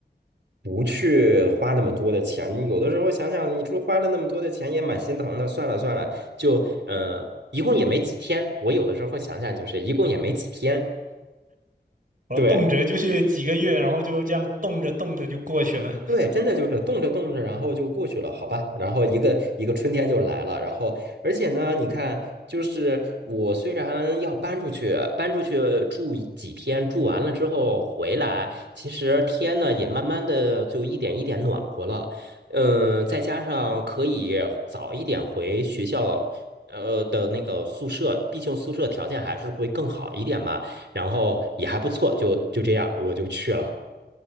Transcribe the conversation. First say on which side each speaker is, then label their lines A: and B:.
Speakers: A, on the right; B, on the right.
A: 不去花那么多的钱。你有的时候想想，你说花了那么多的钱也蛮心疼的。算了算了，就呃，一共也没几天。我有的时候想想，就是一共也没几天。
B: 我动辄就是几个月，
A: 对，
B: 然后就这样动着动着就过去了。
A: 对，真的就是动着动着，然后就过去了，好吧？然后一个一个春天就来了，然后而且呢，你看，就是我虽然要搬出去，搬出去住一几天，住完了之后回来，其实天呢也慢慢的就一点一点暖和了，嗯，再加上可以早一点回学校。呃的那个宿舍，毕竟宿舍条件还是会更好一点嘛，然后也还不错，就就这样，我就去了。